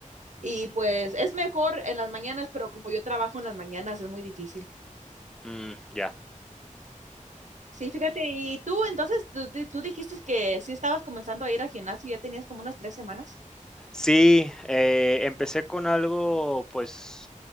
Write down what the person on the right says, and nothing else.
Y pues es mejor en las mañanas, pero como yo trabajo en las mañanas es muy difícil.
Sí, fíjate, y tú entonces, tú, tú- tú dijiste que sí estabas comenzando a ir al gimnasio, ya tenías como unas tres semanas.